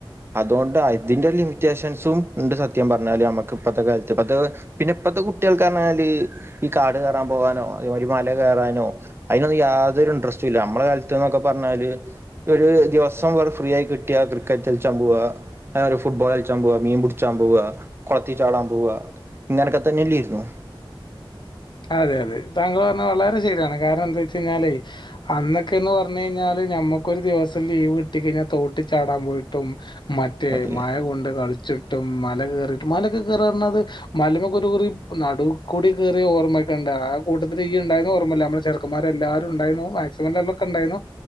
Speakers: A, on the right (about 25°); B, on the left (about 55°).
A: അതുകൊണ്ട് അതിന്റെ ലിമിറ്റേഷൻസും ഉണ്ട് സത്യം പറഞ്ഞാല് നമ്മുക്ക് ഇപ്പഴത്തെ കാലത്ത് ഇപ്പത്തെ പിന്നെ ഇപ്പഴത്തെ കുട്ടികൾക്ക് പറഞ്ഞാല് ഈ കാട് കയറാൻ പോകാനോ അതേമാരി മല കയറാനോ അതിനൊന്നും യാതൊരു ഇൻട്രറസ്റ്റും ഇല്ല നമ്മളെ കാലത്ത്ന്നൊക്കെ പറഞ്ഞാല് ഒരു ദിവസം വ ഫ്രീ ആയി കിട്ടിയാ ക്രിക്കറ്റ് ച്ചാൻ പോവാ, <unintelligible> ഒരു ഫുട്ബോൾ, കഴിച്ചാൻ പോവാ, മീൻപടിച്ചാൻ പോവാ, കൊളത്തി ചാടാൻ പോവാ, ഇങ്ങനൊക്കെ തന്നെല്ലീരുന്നോ
B: അതെ അതെ താങ്കൾ പറഞ്ഞ വളരെ ശരിയാണ്. കാരണം എന്താ വെച്ച കഴിഞ്ഞാല്അന്നൊക്കെന്ന് പറഞ്ഞഞ് കഴിഞ്ഞാല് നഞമ്മക്കൊരു ദിവസം ലീവ് കിട്ട കഴിഞ്ഞാൽ തോട്ടി ചാടാൻ പോയിട്ടും മറ്റേ
A: അതെ
B: മഴ കൊണ്ട് കളിച്ചിട്ടും മ മല കേറിയിട്ട് മല ഒക്കെ കേറാ പറഞ്ഞാഅത് മലമക്ക് ഒരു കുറി നടുകൂടെ കേറി ഓർ ക്കണ്ട് ആ കൂട്ടത്തിൽ ഇയ് ഉണ്ടായിന്ന ഓർമ്മല്ല നമ്മ ചെറുന്മാർരെല്ലാവുംണ്ടായി മാക്സിമം എല്ലൊക്കെ ഉണ്ടായിരുന്നു.